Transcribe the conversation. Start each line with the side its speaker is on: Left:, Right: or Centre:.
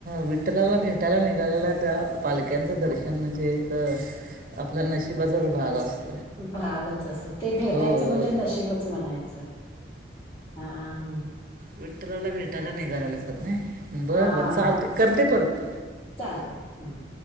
Right: विठ्ठलाला भेटायला निघालेल्या त्या पालक्यांचं दर्शन म्हणजे एक आपल्या नशिबाचाच भाग असतो
Left: भागच असतो ते भेटायचं
Right: होय होय
Left: म्हणजे नशबच म्हणायचं हा हम
Right: विठ्ठला भेटायला निघालालाचवत नाही बरं
Left: हा
Right: बर चालते करते परत
Left: चालतंय हम्म